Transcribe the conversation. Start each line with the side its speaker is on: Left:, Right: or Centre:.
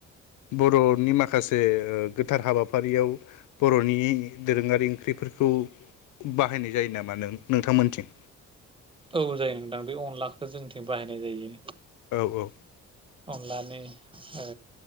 Left: बर' नि माखासे ओ गोथार हाबा हाबाफारियाव बर'नि दोरोङारि ओंख्रिफोरखौ बाहायनाय जायो नामा नों नोंथांमोनथिं?
Right: औ जायो नोंदां बे अनलाखौ जोंनिथिं बाहायनाय जायो।
Left: औ औ।
Right: अनलानि ओ